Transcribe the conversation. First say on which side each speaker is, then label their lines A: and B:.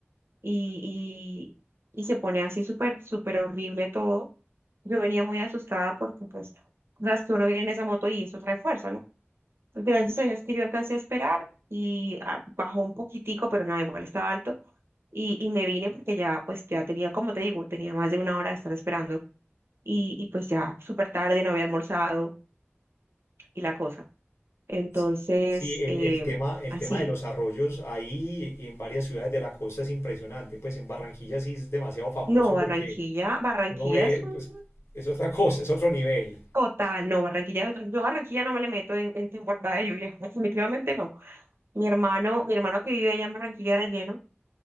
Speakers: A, on the right; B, on the left.
A: Y, y, y se pone así súper, súper horrible todo Yo venía muy asustada porque, pues, o sea, que uno viene en esa moto y eso trae fuerza, ¿no? Pues, Gracias a Dios que yo alcancé a esperar y ah, bajó un poquitico, pero nada, igual estaba alto. Y, y me vine porque ya, pues, ya tenía, como te digo, tenía más de una hora de estar esperando. Y, y pues ya súper tarde, no había almorzado y la cosa. Entonces,
B: sí, sí, el,
A: eh,
B: el tema, el
A: así.
B: tema de los arroyos ahí y en varias ciudades de la costa es impresionante. Pues en Barranquilla sí es demasiado famoso
A: No,
B: porque
A: Barranquilla, Barranquilla
B: uno ve,
A: es
B: pues
A: un
B: es otra cosa, es otro nivel.
A: total, no, Barranquilla, es otro- yo a Barranquilla no me le meto en, en temporada de lluvia, <laughs> definitivamente no Mi hermano, mi hermano que vive allá en Barranquilla de lleno,